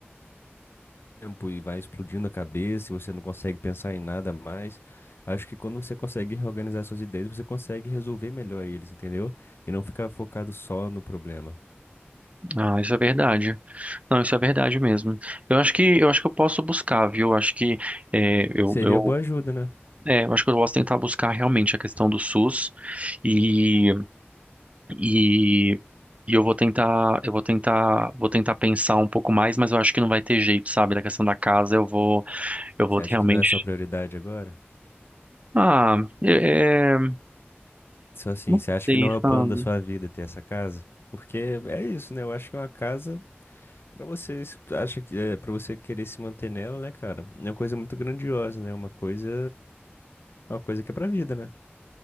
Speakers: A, on the left; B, on the right.
A: tempo e vai explodindo a cabeça, e você não consegue pensar em nada mais. Acho que quando você consegue reorganizar suas ideias, você consegue resolver melhor eles, entendeu? E não ficar focado só no problema.
B: Ah, isso é verdade. Não, isso é verdade mesmo. Eu acho que eu acho que eu posso buscar, viu? Eu acho que é, eu,
A: Seria
B: eu,
A: boa ajuda, né?
B: é, eu acho que eu posso tentar buscar realmente a questão do SUS. E E, e eu vou tentar, eu vou tentar, vou tentar pensar um pouco mais, mas eu acho que não vai ter jeito, sabe? Da questão da casa, eu vou, eu
A: Você
B: vou
A: acha
B: realmente.
A: que não é sua prioridade agora?
B: Ah, é, é,
A: Só assim,
B: não
A: você acha
B: sei,
A: que não é o
B: sabe?
A: plano da sua vida ter essa casa? Porque é isso, né? Eu acho que é uma casa pra você, se- acha que é para você querer se manter nela, né, cara? É uma coisa muito grandiosa, né? Uma coisa, uma coisa que é pra vida, né?